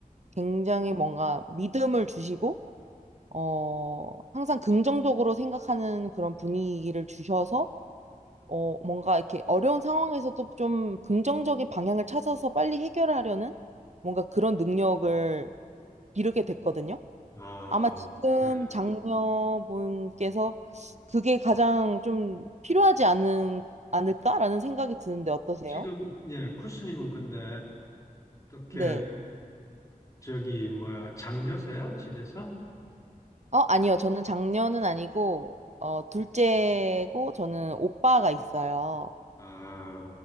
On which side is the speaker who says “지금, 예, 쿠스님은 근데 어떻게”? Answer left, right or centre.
Left